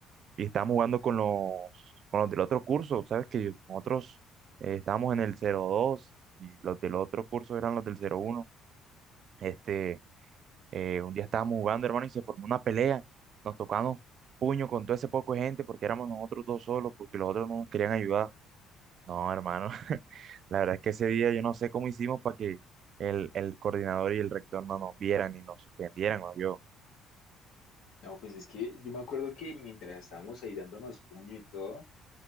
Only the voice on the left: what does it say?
No, pues es que yo me acuerdo que mientras estábamos ahí dándonos puño y todo,